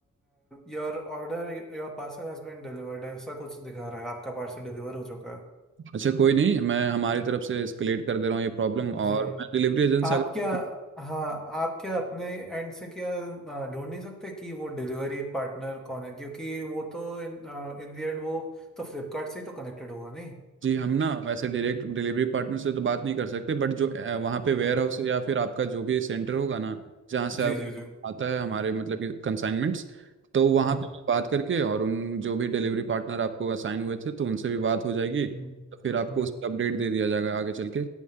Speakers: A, in the centre; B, on the right.
A: Your order your parcel has been delivered ऐसा कुछ दिखा रहा है आपका पार्सल डिलीवर हो चुका है
B: अच्छा कोई नहीं मैं हमारी तरफ से एस्केलेट कर दे रहा हूँ ये प्रॉब्लम
A: जी
B: और मैं डिलीवरी एजेंट
A: आप
B: से अगर
A: क्या हाँ आप क्या अपने एंड से क्या आ, ढूंढ नहीं सकते कि वो डिलीवरी पार्टनर कौन है क्योंकि वो तो इन, द एंड वो तो फ्लिपकार्ट से ही तो कनेक्टेड होगा नहीं
B: जी हम ना वैसे डायरेक्ट डिलीवरी पार्टनर से तो बात नहीं कर सकते बट जो अ, वहाँ पे वेयर हाउस या फिर आपका जो भी सेंटर होगा ना जहाँ से
A: जी
B: आप-
A: जी जी
B: आता है हमारे मतलब कि कंसाइनमेंट्स तो वहाँ
A: हम्म
B: पे मैं बात करके और उन जो भी डिलीवरी पार्टनर आपको असाइन हुए थे तो उनसे भी बात हो जाएगी
A: हम्म
B: तो फिर आपको
A: हम्म,
B: उस पर अपडेट दे दिया जाएगा आगे चल के